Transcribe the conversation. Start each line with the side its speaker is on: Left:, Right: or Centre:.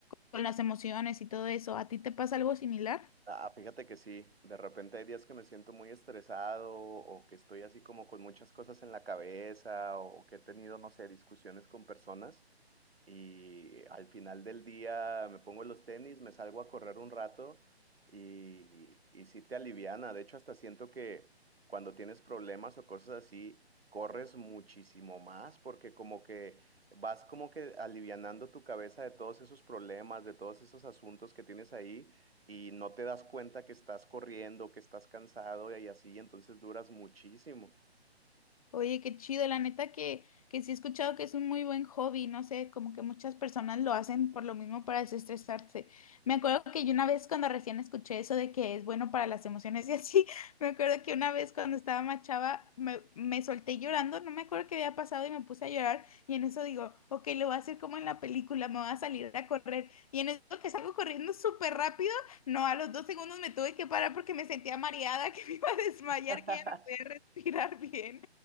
Left: con las emociones y todo eso. ¿A ti te pasa algo similar?
Right: Ah, fíjate que sí, de repente hay días que me siento muy estresado o que estoy así como con muchas cosas en la cabeza o que he tenido, no sé, discusiones con personas y al final del día me pongo los tenis, me salgo a correr un rato y, y sí te aliviana. De hecho, hasta siento que cuando tienes problemas o cosas así, corres muchísimo más porque como que vas como que alivianando tu cabeza de todos esos problemas, de todos esos asuntos que tienes ahí y no te das cuenta que estás corriendo, que estás cansado y así, entonces duras muchísimo.
Left: Oye, qué chido, la neta que, que sí he escuchado que es un muy buen hobby, no sé, como que muchas personas lo hacen por lo mismo para desestresarse. Me acuerdo que yo una vez cuando recién escuché eso de que es bueno para las emociones y así, <laughs> me acuerdo que una vez cuando estaba más chava me, me solté llorando, no me acuerdo qué había pasado y me puse a llorar y en eso digo, ok, lo voy a hacer como en la película, me voy a salir a correr y en eso que salgo corriendo súper rápido, no, a los dos segundos me tuve que parar porque me sentía mareada, <laughs> que me iba a desmayar,
Right: <laughs>
Left: que ya no podía respirar bien.